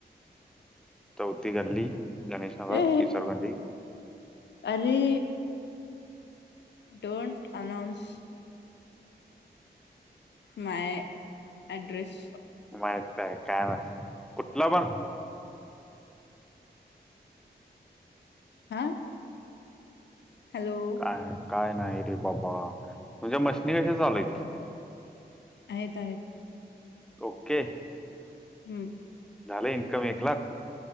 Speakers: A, in the centre; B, on the left.
A: चौथ गल्ली गणेश नगर
B: ए
A: इशरगंडी
B: अरे डोंट अनौनस मा अॲड्रेस
A: माहितय काय ना कुठलं पण
B: हा हॅलो
A: काय नाही रे बाबा तुमच्या्या मशीनी कशा चालयत
B: आहेत आहेत
A: ओके
B: हम्म
A: झालं इन्कम एक लाख